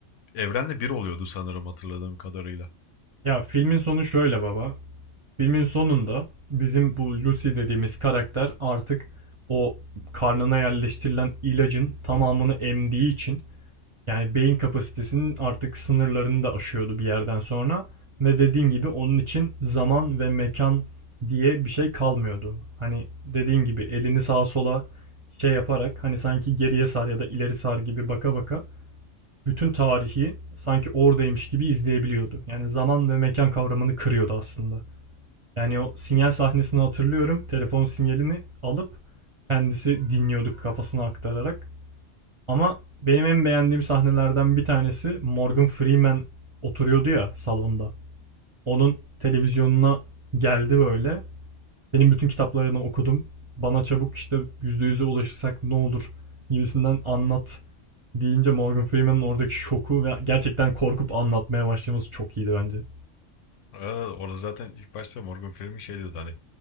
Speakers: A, on the left; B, on the right.
A: evrenle bir oluyordu sanırım hatırladığım kadarıyla.
B: Ya filmin sonu şöyle baba. Filmin sonunda bizim bu Lucy dediğimiz karakter artık o karnına yerleştirilen ilacın tamamını emdiği için Yani beyin kapasitesinin artık sınırlarını da aşıyordu bir yerden sonra ve dediğin gibi onun için zaman ve mekan diye bir şey kalmıyordu. Hani dediğin gibi elini sağa sola şey yaparak hani sanki geriye sar ya da ileri sar gibi baka baka bütün tarihi sanki oradaymış gibi izleyebiliyordu. Yani zaman ve mekan kavramını kırıyordu aslında. Yani o sinyal sahnesini hatırlıyorum. Telefon sinyalini alıp kendisi dinliyorduk kafasına aktararak. Ama benim en beğendiğim sahnelerden bir tanesi Morgan Freeman oturuyordu ya salonda. Onun televizyonuna geldi böyle. Senin bütün kitaplarını okudum. Bana çabuk işte %100'e ulaşırsak ne olur gibisinden anlat deyince Morgan Freeman'ın oradaki şoku ve gerçekten korkup anlatmaya başlaması çok iyiydi bence.
A: Aa, Orada zaten ilk başta Morgan Freeman şey diyordu hani